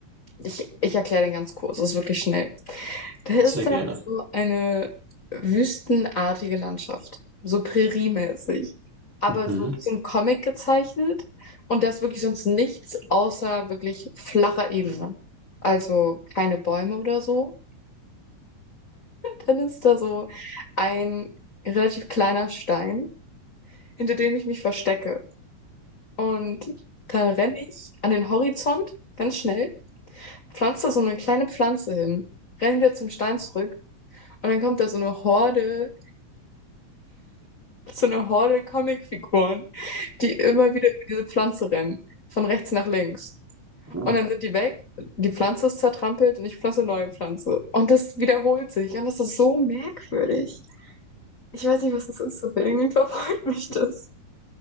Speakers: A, on the left; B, in the centre.
A: ich, ich erkläre den ganz kurz, es ist wirklich schnell. Das
B: Sehr
A: ist dann
B: gerne.
A: so eine wüstenartige Landschaft, so präriemäßig, aber
B: Mhm.
A: so wie so ein Comic gezeichnet und da ist wirklich sonst nichts außer wirklich flacher Ebene. Also keine Bäume oder so. Dann ist da so ein relativ kleiner Stein, hinter dem ich mich verstecke. Und dann renne ich an den Horizont ganz schnell, pflanze da so eine kleine Pflanze hin, renne wieder zum Stein zurück und dann kommt da so eine Horde so eine Horde Comicfiguren, die immer wieder über diese Pflanze rennen, von rechts nach links.
B: <laughs>
A: Und dann sind die weg, die Pflanze ist zertrampelt und ich pflanze neue Pflanze. Und das wiederholt sich und das ist so merkwürdig. Ich weiß nicht, was das ist, aber irgendwie verfolgt mich das.